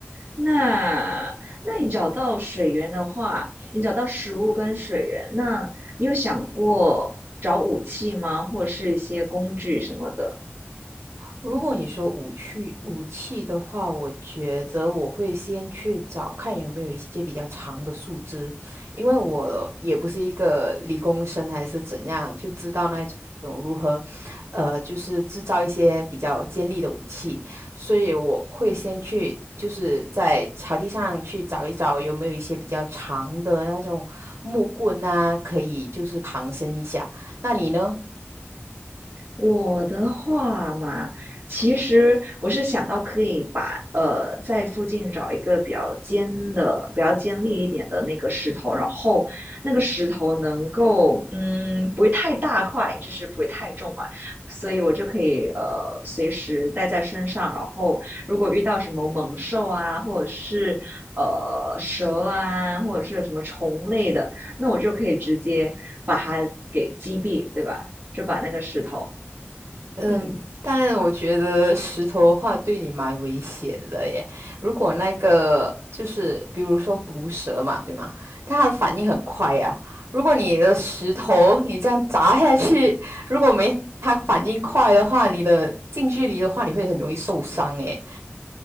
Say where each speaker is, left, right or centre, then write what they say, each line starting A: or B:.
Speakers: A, on the right; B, on the right.
A: 那那你找到水源的话，你找到食物跟水源，那你有想过找武器吗？或是一些工具什么的？
B: 如果你说武器武器的话，我觉得我会先去找看有没有一些比较长的树枝，因为我也不是一个理工生还是怎样，就知道那种如何，呃，就是制造一些比较尖利的武器，所以我会先去。就是在草地上去找一找有没有一些比较长的那种木棍啊，可以就是旁身一下。那你呢？
A: 我的话嘛，其实我是想到可以把呃在附近找一个比较尖的、比较尖利一点的那个石头，然后那个石头能够嗯不会太大块，就是不会太重嘛，所以我就可以呃随时带在身上，然后如果遇到什么猛兽啊，或者是呃蛇啊，或者是什么虫类的，那我就可以直接把它给击毙，对吧？就把那个石头。
B: 嗯，
A: 嗯，
B: 但我觉得石头的话对你蛮危险的耶。如果那个就是比如说毒蛇嘛，对吗？它的反应很快呀、如果你的石头你这样砸下去，如果没它反应快的话，你的近距离的话你会很容易受伤耶。